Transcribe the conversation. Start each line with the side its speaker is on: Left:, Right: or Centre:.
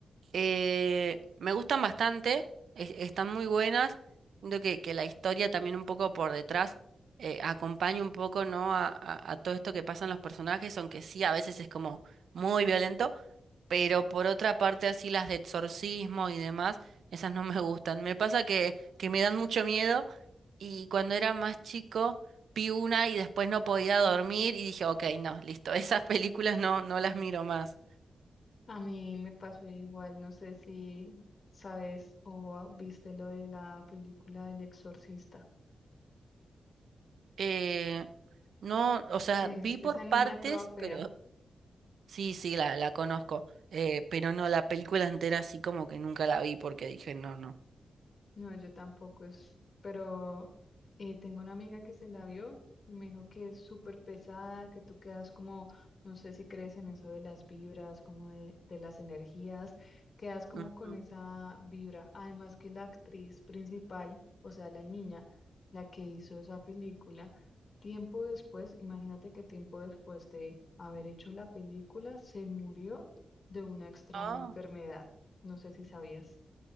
Right: Eh, me gustan bastante, es- están muy buenas. Siento que, que la historia también un poco por detrás eh, acompaña un poco, ¿no? A, a- a todo esto que pasan los personajes, aunque sí a veces es como muy violento, pero por otra parte así las de exorcismo y demás, esas no me gustan. Me pasa que, que me dan mucho miedo y cuando era más chico vi una y después no podía dormir y dije, ok, no, listo, <laughs> esas películas no, no las miro más.
Left: A mí me pasó igual, no sé si sabes o viste lo de la película del exorcista,
Right: Eh, no, o sea,
Left: que
Right: vi
Left: es
Right: por
Left: esa niña
Right: partes,
Left: toda fea.
Right: pero sí, sí, la, la conozco. Eh, pero no, la película entera sí como que nunca la vi porque dije, no, no.
Left: No, yo tampoco es, pero eh, tengo una amiga que se la vio y me dijo que es súper pesada, que tú quedas como, no sé si crees en eso de las vibras, como de, de las energías, quedas como
Right: Ujú.
Left: con esa vibra. Además que la actriz principal, o sea, la niña, la que hizo esa película, tiempo después, imagínate que tiempo después de haber hecho la película, se murió de una extraña
Right: Ah,
Left: enfermedad. No sé si sabías.